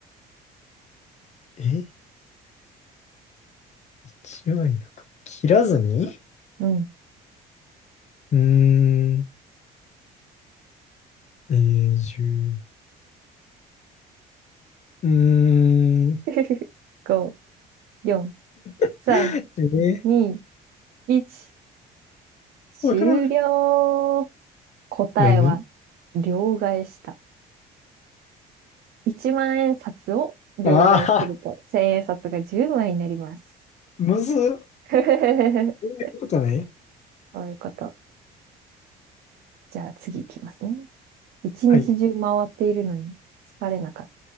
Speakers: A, on the left; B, on the right.
A: え ?1 枚のか。切らずに
B: うん。
A: うーん。永住。うーん。
B: <laughs> 5、4、
A: <laughs>
B: 3、
A: え
B: 2、1。終了。
A: ー、わからん。
B: 答えは、
A: 何
B: 両替した。1万円札を両替すると、
A: ああ
B: 千円札が10枚になります。
A: ー、むずっ。そ
B: <laughs>
A: ういうことね。
B: そういうこと。じゃあ次いきますね。一日中回っているのに疲れなかっ
A: はい。